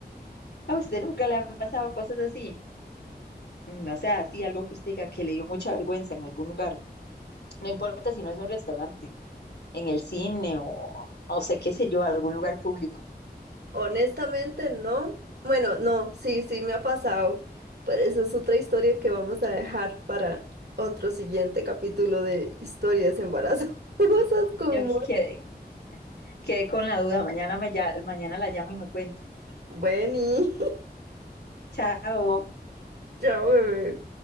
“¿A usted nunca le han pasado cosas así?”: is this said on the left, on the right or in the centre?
Left